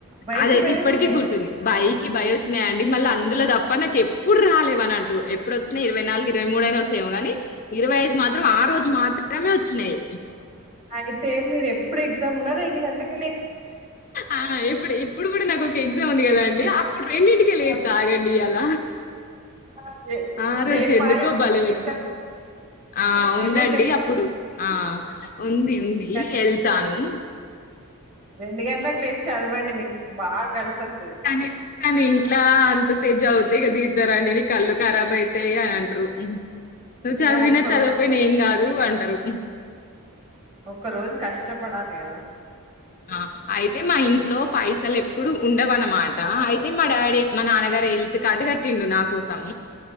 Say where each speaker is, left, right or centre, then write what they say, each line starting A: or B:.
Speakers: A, on the right; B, on the left.
A: బైక్‌కి
B: ఆదైతే
A: పోయొచ్చినాయి.
B: ఇప్పటికీ గుర్తుంది బాయ్ కి భయ్ వచ్చినా అండి మళ్ళీ అందులో తప్ప నాకు ఎప్పుడు రాలే వనట్టు ఎప్పుడు వొచ్చిన ఇరవై నాలుగు ఇరవై మూడు అయిన వస్తాయ్ గాని ఇరవై ఐదు మాత్రం ఆ రోజు మాత్రమే వచ్చినాయి
A: అయితే మీరు ఎప్పుడు ఎగ్జామ్ ఉన్న రెండు గంట్ల క్
B: ఆ ఇప్పుడు ఇప్పుడు గుడా నాకు ఓక్ ఎగ్జామ్ ఉంది గదా అండి అప్పుడు రెండింటికి లేత్త
A: అదే
B: ఆగండి ఇయాల
A: ఆ! ఎ
B: ఆ
A: రేపా
B: రోజు ఎందుకో
A: ఎల్లుండి
B: భలే వొచ్చి
A: ఎగ్జామ్ కదా!
B: ఆ ఉందండి
A: ఎల్లుండి ఎగ్జామ్
B: అప్పుడు ఆ ఉంది ఉంది
A: కానీ
B: ఏళ్తాను
A: రెండు గంటలకు లేచి చదవండి మీకు బాగా కలిసి వొస్త
B: కానీ కానీ ఇంట్లా అం అంతసేపు జదువుతే ఇగ దిడతారండి నీ కళ్ళు ఖరాబ్ అయితాయి అని అంటరు నువ్వు చదివినా
A: ఇగ ఒక్కరోజు
B: చదువకపోయినా
A: కష్
B: ఏం గాదు అంటరు
A: ఒక్క రోజు కష్టపడాలి కదా
B: ఆ అయితే మా ఇంట్లో పైసలు ఎప్పుడు ఉండవ్ అనమాట అయితే మా డాడీ మా నాన్నగార్ రే హేల్త్ కార్డు కట్టిండు నా కోసం